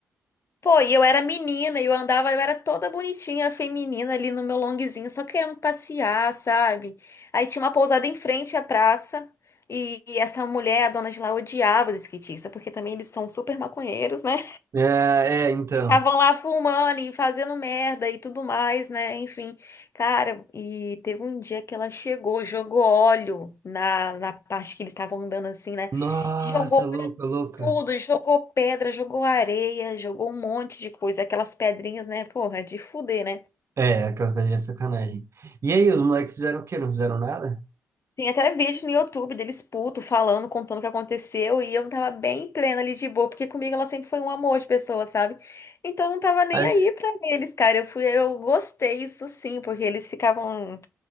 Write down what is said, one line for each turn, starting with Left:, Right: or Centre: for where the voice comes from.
Left: Pô, e eu era menina, e eu andava, eu era toda bonitinha, feminina ali no meu longuezinho, só querendo passear, sabe? Aí tinha uma pousada em frente à praça. E e essa mulher, a dona de lá, odiava os skatistas, porque também eles são super maconheiros, né?
Right: É, é, então.
Left: Ficavam lá fumando e fazendo merda e tudo mais, né? Enfim, cara, e teve um dia que ela chegou, jogou óleo na, na parte que eles estavam andando assim, né?
Right: Nossa,
Left: Jogou
Right: louca,
Left: pra
Right: louca.
Left: tudo, jogou pedra, jogou areia, jogou um monte de coisa, aquelas pedrinhas, né? Porra, de fuder, né?
Right: É, aquelas velhinhas sacanagem. E aí, os moleques fizeram o quê? Não fizeram nada?
Left: Tem até vídeo no YouTube deles puto falando, contando o que aconteceu, e eu tava bem plena ali de boa, porque comigo ela sempre foi um amor de pessoa, sabe? Então eu não tava nem
Right: Acho...
Left: aí pra eles, cara. Eu fui, eu gostei isso sim, porque eles ficavam